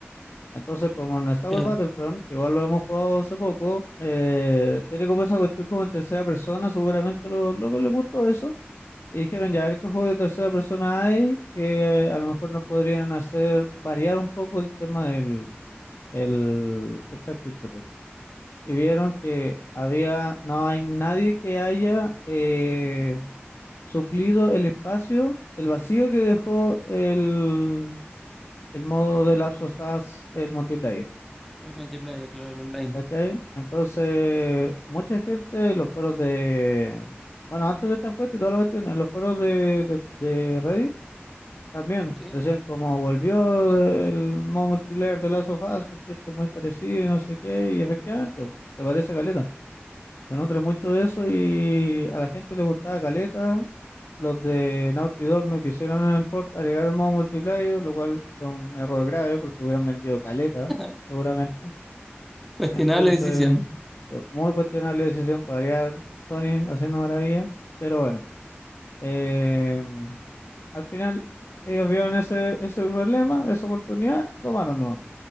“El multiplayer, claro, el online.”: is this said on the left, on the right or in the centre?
Centre